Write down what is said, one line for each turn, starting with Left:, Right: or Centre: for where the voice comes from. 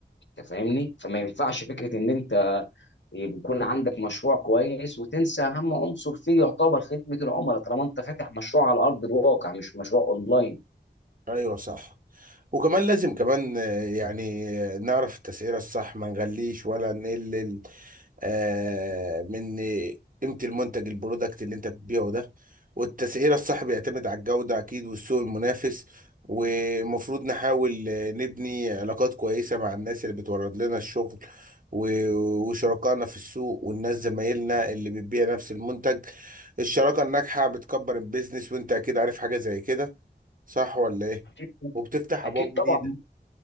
Left: انت فاهمني فما ينفعش فكره ان انت يكون عندك مشروع كويس وتنسى اهم عنصر فيه يعتبر خدمه العملاء طالما انت فاتح مشروع على ارض الواقع مش مشروع اونلاين
Right: ايوه صح وكمان لازم كمان آه، يعني آه، نعرف التسعيره الصح ما نغليش ولا نقلل آه، من قيمة المنتج البرودكت اللي انت بتبيعه ده والتسعيرة الصح بيعتمد على الجودة أكيد والسوق المنافس ومفروض نحاول آه، نبني علاقات كويسة مع الناس اللي بتورد لنا الشغل و- وشركائنا في السوق والناس زمايلنا اللي بتبيع نفس المنتج الشراكة الناجحة بتكبر البيزنس وانت أكيد عارف حاجة زي كده صح ولا ايه؟
Left: اكيد
Right: وبتفتح
Left: أكيد
Right: أبواب جديدة
Left: طبعا